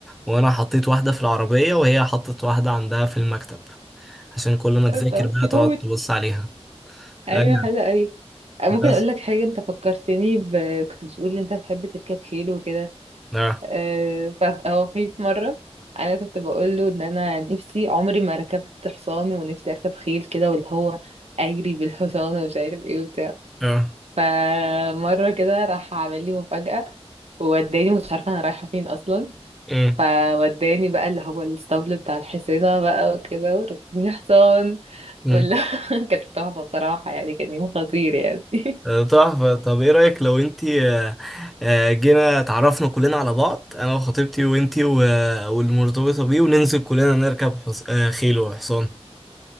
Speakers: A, in the centre; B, on the right (about 70°).
A: وانا حطيت واحدة في العربية وهي حطت واحدة عندها في المكتب عشان كل ما تذاكر
B: آه، طب
A: بقى
B: كيوت
A: تقعد تبص عليها
B: ايوه
A: ايوه
B: حلوه قوي آه، ممكن
A: بس
B: اقول لك حاجه انت فكرتني ب... كنت بتقول ان انت بتحب تركب خيل وكده
A: اه
B: آه، ف- هو في مره انا كنت بقول له ان انا نفسي عمري ما ركبت حصان ونفسي اركب خيل كده واللي هو اجري بالحصان ومش عارف ايه وبتاع
A: اه
B: فمرة كده راح عامل لي مفاجأة ووداني مش عارفة أنا رايحة فين أصلا
A: أمم،
B: فوداني بقى اللي هو الاسطبل بتاع الحصينة بقى وكده وركبني حصان ولا
A: أمم.
B: <laughs> كانت تحفة بصراحة يعني كان يوم خطير يعني <laughs>
A: آه، تحفة طب ايه رأيك لو انتي آه، آه، جينا اتعرفنا كلنا على بعض انا وخطيبتي وانتي و- والمرتبطة بيه وننزل كلنا نركب حص... آه، خيل وحصان